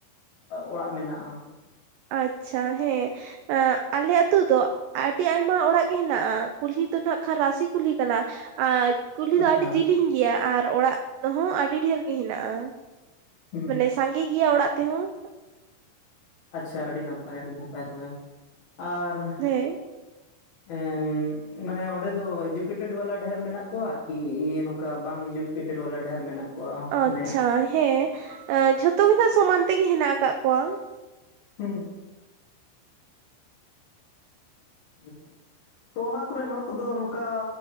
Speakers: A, on the left; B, on the right.
A: ᱚᱲᱟᱜ ᱢᱮᱱᱟᱜᱼᱟ?
B: ᱟᱪᱪᱷᱟ ᱦᱮᱸ, ᱟᱞᱮ ᱟᱛᱩ ᱫᱚ ᱟᱹᱰᱤ ᱟᱭᱢᱟ ᱚᱲᱟᱜ ᱜᱮ ᱦᱮᱱᱟᱜᱼᱟ, ᱠᱩᱞᱦᱤ ᱫᱚ ᱱᱟᱜ ᱠᱷᱟᱱ ᱨᱟᱥᱤ ᱠᱩᱞᱦᱤ ᱠᱟᱱᱟ ᱟᱨ ᱠᱩᱞᱦᱤ
A: ᱟᱪᱪᱷᱟ
B: ᱫᱚ ᱟᱹᱰᱤ ᱡᱤᱞᱤᱧ ᱜᱮᱭᱟ ᱟᱨ ᱚᱲᱟᱜ ᱦᱚᱸ ᱟᱹᱰᱤ ᱰᱷᱮᱨ ᱜᱮ ᱦᱮᱱᱟᱜᱼᱟ ᱾
A: ᱦᱩᱸ
B: ᱢᱟᱱᱮ ᱥᱟᱸᱜᱮ ᱜᱮᱭᱟ ᱚᱲᱟᱜ ᱛᱮ ᱦᱚᱸ ᱾
A: ᱟᱪᱪᱷᱟ ᱟᱹᱰᱤ ᱱᱟᱯᱟᱭ ᱩᱰᱩᱜ ᱟᱜ ᱛᱚᱵᱮ ᱟᱨ
B: ᱦᱮᱸ
A: ᱮᱻᱮᱢ, ᱢᱟᱱᱮ ᱚᱸᱰᱮ ᱫᱚ ᱮᱰᱩᱠᱮᱴᱮᱰ ᱵᱟᱞᱟ ᱰᱷᱮᱨ ᱢᱮᱱᱟᱜ ᱠᱚᱣᱟ, ᱠᱤ ᱱᱚᱝᱠᱟ ᱵᱟᱝ ᱮᱰᱩᱠᱮᱴᱮᱰ ᱵᱟᱞᱟ ᱰᱷᱮᱨ ᱢᱮᱱᱟᱜ ᱠᱚᱣᱟ
B: ᱟᱪᱪᱷᱟ
A: ᱢᱟᱱᱮ
B: ᱦᱮᱸ, ᱡᱷᱚᱛᱚ ᱜᱮ ᱱᱟᱜ ᱥᱚᱢᱟᱱ ᱛᱮ ᱜᱮ ᱦᱮᱱᱟᱜ ᱠᱟᱫ ᱠᱚᱣᱟ ᱾
A: ᱦᱩᱸ, <unintelligible> ᱛᱚ ᱚᱱᱟ ᱠᱚᱨᱮᱱ ᱦᱚᱲ ᱠᱚ ᱫᱚ ᱱᱚᱝᱠᱟ